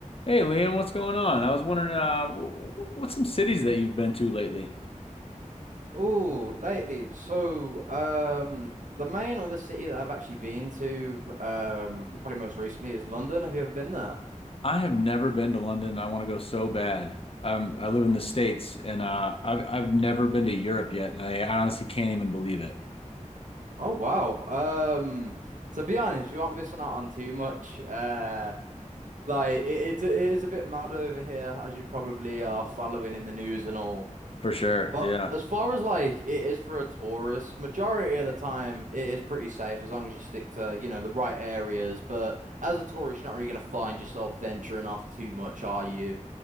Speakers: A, on the left; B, on the right.
A: Hey Liam, what's going on? I was wondering, uh, wh- wh- what's some cities that you've been to lately?
B: Oh, lately. So, um, the main other city that I've actually been to, um, probably most recently is London. Have you ever been there?
A: I have never been to London. and I want to go so bad. I'm, I live in the States, and uh, I've I've never been to Europe yet. and I honestly can't even believe it.
B: Oh, wow. Um, to be honest, you aren't missing out on too much. Uh, like it, it, it is a bit mad over here, as you probably are following in the news and all.
A: For sure.
B: But
A: Yeah.
B: as far as like it is for a tourist, majority of the time it is pretty safe as long as you stick to, you know, the right areas. But as a tourist, you're not really going to find yourself venturing off too much, are you?